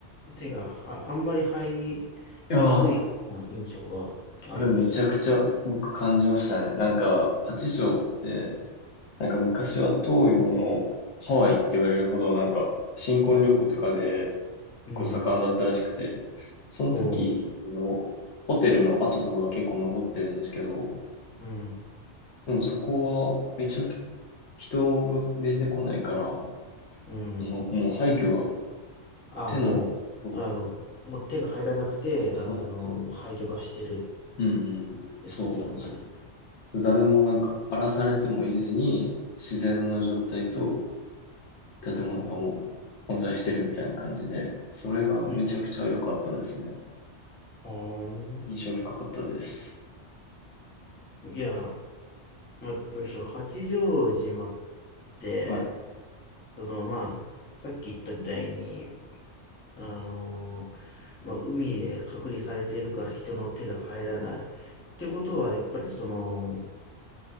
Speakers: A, on the left; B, on the left.
A: 手がはあんまり入りにくい、
B: やー、
A: まあ、印象があるんですよ。
B: それめちゃくちゃ僕感じましたね。なんか、八丈って、なんか昔は東洋のハワイって言われるほど、なんか新婚旅行とかで
A: うん。
B: 結構盛んだったらしくて、その時のホテルの跡とかが結構残ってるんですけど、
A: うん、うん、
B: でもそこはめちゃく人が全然来ないから、も
A: うん。
B: う、もう廃墟が
A: あ、
B: 手の、
A: もう、
B: そう
A: あの、もう手が入らなくて、
B: そうなんですよ。
A: あの、もう廃墟化してる
B: うんうんうん。
A: って感じなんだね。
B: そうなんですよ。誰もなんか荒らされてもいずに、自然の状態と建物がもう混在してるみたいな感じで、それがめちゃくちゃ良かったですね。
A: うん。は
B: 印象深かったです。
A: あ。いや、まあやっぱりその八丈島って、
B: はい。
A: そのまあ、さっき言ったみたいに、あの、まあ、海で隔離されているから人の手が入らない。ってことは、やっぱりその、